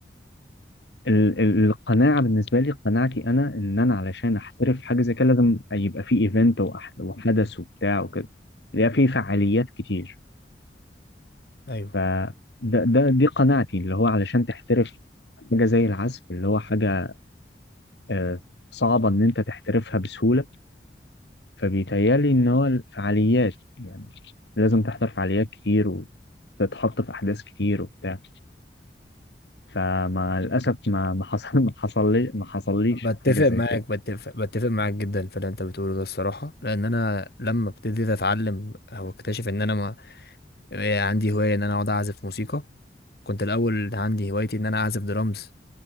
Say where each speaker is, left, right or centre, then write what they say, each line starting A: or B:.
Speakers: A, on the left (about 80°); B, on the left (about 60°).
A: ال- ال- القناعه بالنسبه لي قناعتي انا ان انا علشان احترف في حاجه زي كده لازم يبقى في ايفنت وحدث وبتاع وكده يبقى في فعاليات كتير
B: ايوه
A: ف ده ده دي قناعتي اللي هو علشان تحترف حاجه زي العزف اللي هو حاجه آه، صعبه ان انت تحترفها بسهوله فبيتهيألي إن هو الفعاليات يعني لازم تحضر فعاليات كتير وتتحط في أحداث كتير وبتاع فمع الأسف ما ما حصل ما حصل لي ما حصليش
B: بتفق
A: حاجة زي
B: معاك
A: كده
B: بتفق بتفق معاك جدا في اللي انت بتقوله ده الصراحه لان انا لما ابتديت اتعلم او اكتشف ان انا ما... إيه عندي هوايه ان انا اقعد اعزف موسيقى كنت الاول عندي هوايتي ان انا اعزف درامز